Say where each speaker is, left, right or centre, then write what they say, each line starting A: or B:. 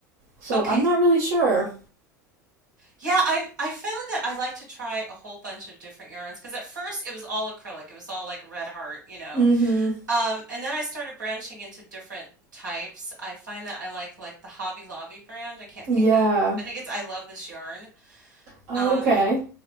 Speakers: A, on the right; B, on the right.
A: So
B: Okay.
A: I'm not really sure.
B: Yeah, I I found that I like to try a whole bunch of different yarns because at first it was all acrylic. It was all like Red Heart, you know.
A: Mm-hmm.
B: Um, and then I started branching into different types. I find that I like like the Hobby Lobby brand. I can't
A: Yeah.
B: think of. I think it's I Love This Yarn.
A: Oh,
B: Um,
A: okay.